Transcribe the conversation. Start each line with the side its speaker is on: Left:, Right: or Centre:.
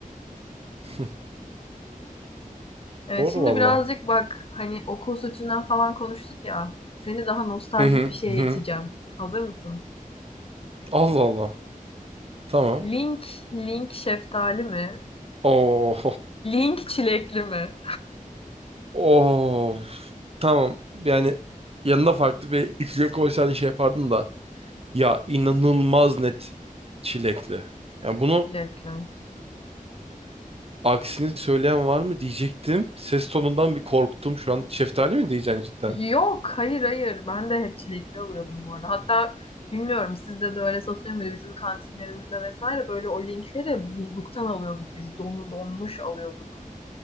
Right: <laughs>
Left: Evet,
Right: Doğru
Left: şimdi
Right: valla.
Left: birazcık bak hani okul sütünden falan konuştuk ya. Seni daha nostaljik
Right: Hı hı.
Left: bir şeye
Right: Hı hı.
Left: iteceğim. Hazır mısın?
Right: Allah Allah. Tamam.
Left: Link, link şeftali mi?
Right: Oh.
Left: Link çilekli mi?
Right: Oh. Tamam. Yani yanına farklı bir içecek koysan şey yapardın da. Ya inanılmaz net çilekli. Yani bunu
Left: Çilekli.
Right: aksini söyleyen var mı diyecektim. Ses tonundan bir korktum şu an. Şeftali mi diyeceksin cidden?
Left: Yok, hayır hayır. Ben de hep çilekli alıyordum bu arada. Hatta bilmiyorum sizde de öyle satılıyor muydu? Bizim kantinlerimizde vesaire böyle o linkleri buzluktan alıyorduk biz. donlu donmuş alıyorduk.